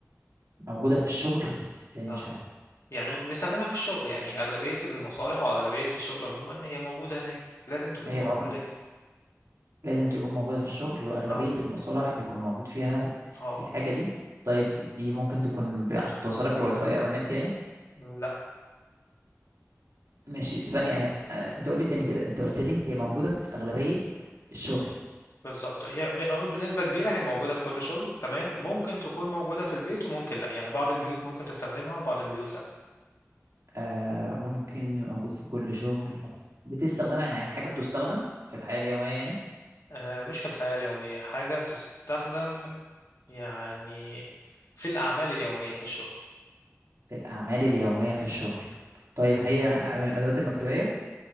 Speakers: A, on the right; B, on the left.
A: موجوده في الشغل ازاي مش
B: اه
A: فاهم
B: يعني بنستخدمها في الشغل يعني أغلبية المصالح وأغلبية الشغل عموما هي موجودة هناك لازم تكون
A: هي
B: موجودة
A: مو...
B: ك-
A: لازم تكون موجوده في الشغل واغلبيه
B: اه
A: المصالح بيكون موجود فيها
B: اه
A: الحاجه دي طيب دي ممكن تكون ب... عشان توصلك الواي فاي او النت يعني
B: م، لا
A: ماشي ثانيه أه... آه، انت قول لي تاني كده انت قلت لي هي موجوده في اغلبيه الشغل
B: بالظبط هي ب- بنسبة كبيرة هي موجودة في كل شغل تمام ممكن تكون موجودة في البيت وممكن لا يعني بعض البيوت ممكن تستخدمها وبعض البيوت لا
A: آه ممكن يبقى موجودة في كل شغل بتستخدمها يعني حاجة بتستخدم في الحياة اليومية يعني
B: آه مش في الحياة اليومية حاجة تستخدم يعني في الأعمال اليومية في الشغل
A: في الأعمال اليومية في الشغل طيب هي من الأدوات المكتبية